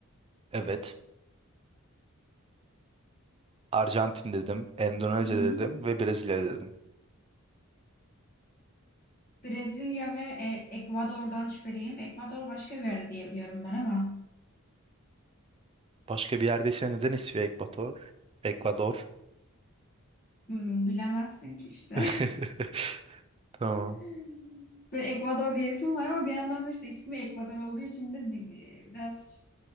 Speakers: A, on the right (about 25°); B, on the left (about 45°).
A: Evet. Arjantin dedim, Endonezya
B: Hı hı.
A: dedim ve Brezilya dedim.
B: Brezilya ve e- Ekvador'dan şüpheliyim. Ekvador başka bir yerde diye biliyorum ben ama
A: Başka bir yerdeyse neden ismi Ekvator? Ekvador.
B: hmm, bilemezsin ki işte.
A: <laughs> Tamam.
B: <laughs> Bir Ekvador diyesim var ama bir yandan da işte ismi Ekvador olduğu için de di- biraz